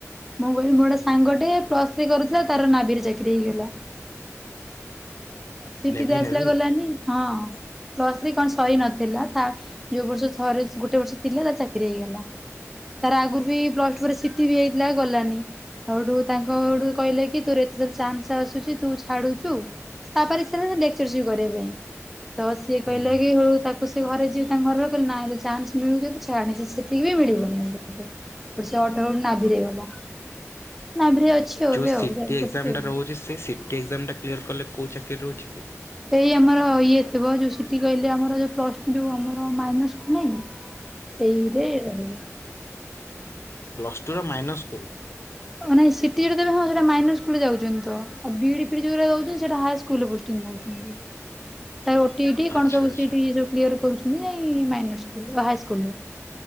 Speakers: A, in the centre; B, on the left.
A: ମୁଁ କହିଲି ମୋ ଗୋଟେ ସାଙ୍ଗ ଟେ ପ୍ଲସ ଥ୍ରୀ କରୁଥିଲା ତାର ନାଭିରେ ଚାକିରି ହେଇଗଲା। ସିଟି
B: ନେଭି
A: ରେ ଆସିଲା
B: ନେଭି
A: ଗଲାନି? ହଁ। ପ୍ଲସ କଣ ସରି ନଥିଲା ଥା ଯୋଉ ବର୍ଷ ଗୋଟେ ବର୍ଷ ଥିଲା ତାର ଚାକିରି ହେଇଗଲା। ତାର ଆଗରୁ ବି ପ୍ଲସ୍ ଟୁ ପରେ ସିଟି ବି ହେଇଥିଲା ଗଲାନି। ଆଉ ହେଠୁ ତାଙ୍କ ଆଡୁ କହିଲେ କି ତୋର ଏତେଥର ଚାନ୍ସ ଆସୁଛି ତୁ ଛାଡୁଛୁ ତା ବାପା ର ଲେକ୍ଚରସିପ୍ କରିବା ପାଇଁ। ତ ସିଏ
B: ହୁଁ
A: କହିଲା କି ହଉ ତାକୁ ସେ ଘରେ ଯିଏ ତାଙ୍କ ଘର ର କହିଲେ ନାଲେ ଚାନ୍ସ ମିଳୁଛି ଯଦି ଛାଡିଛି ସେତିକି ବି ମିଳିବନି <unintelligible> ନାଭିରେ ଗଲା। ନାଭିରେ ଅଛି। ଆଉ
B: ଯୋଉ
A: ଏବେ
B: ସିଟି
A: ଆଉ ଜବ୍
B: ଏକ୍ଜାମ
A: କରୁଛି ଆଉ।
B: ଟା ରହୁଛି ସେ ସିଟି ଏକ୍ଜାମ ଟା କ୍ଲିୟର କଲେ କୋଉ ଚାକିରି ରହୁଛି କି?
A: ଏଇ ଆମର ଇଏ ଥିବ ଯୋଉ ସିଟି କହିଲେ ଆମର ଯୋଉ ପ୍ଲସ୍ ଟୁ ଯୋଉ ଆମର ମାଇନର ସ୍କୁଲ ନାହିଁକି?
B: <inaudible>
A: ସେଇରେ ରହିବା।
B: ପ୍ଲସ ଟୁ ର ମାଇନର୍ ସ୍କୁଲ?
A: ନାଇଁ ସିଟି ଯେଉଟା ଦେବେ ହଁ ସେଟା ମାଇନର ସ୍କୁଲରେ ଯାଉଛନ୍ତି ତ। ଆଉ B E D - fee E D ଯେଉଁଟା ଯାଉଛି ସେଇଟା ହାଇ ସ୍କୁଲରେ ପୋଷ୍ଟିଂ ହଉଛନ୍ତି।
B: <inaudible>
A: ତା ଓ-ଟି-ଟି-ଇ
B: ଆଚ୍ଛା
A: କଣ ସବୁ
B: ଆଚ୍ଛା।
A: ସେ ଯୋଉ ଇଏ ସବୁ କ୍ଲିୟର କରୁଛନ୍ତି ଯାଇ ମାଇନର୍ ସ୍କୁଲ, ହାଇସ୍କୁଲ